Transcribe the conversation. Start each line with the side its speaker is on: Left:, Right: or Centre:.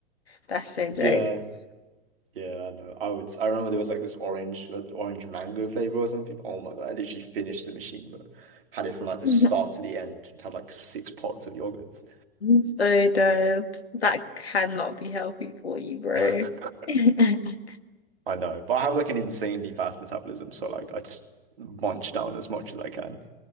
Left: That's so jokes.
Right: Yeah, yeah, I know. I would. I remember there was like this orange, uh, orange mango flavor or something. Oh my God, I literally finished the machine, bro. Had it from like the start
Left: <laughs> I'm
Right: to the end and had like six pots of yogurts.
Left: so dead. That cannot be healthy for you, bro.
Right: <laughs>
Left: <laughs>
Right: I know, but I have like an insanely fast metabolism, so like I just munch down as much as I can.